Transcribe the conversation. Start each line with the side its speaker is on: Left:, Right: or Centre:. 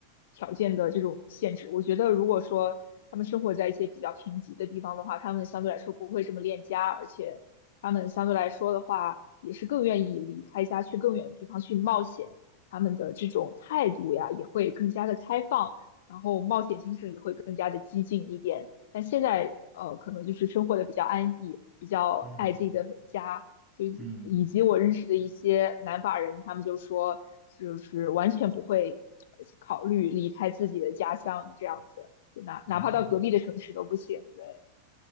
Left: 条件的这种限制。我觉得，如果说他们生活在一些比较贫瘠的地方的话，他们相对来说不会这么恋家，而且他们相对来说的话，也是更愿意离开家去更远的地方去冒险。他们的这种态度呀，也会更加的开放，然后冒险精神也会更加的激进一点。但现在呃，可能就是生活的比较安逸，比较爱自己的家，
Right: 嗯
Left: 就以以及我认识的一些南法人，
Right: 嗯，
Left: 他们就说，就是完全不会呃考虑离开自己的家乡这样子，就哪哪怕到隔壁的城市都不行。
Right: 哦。
Left: 对，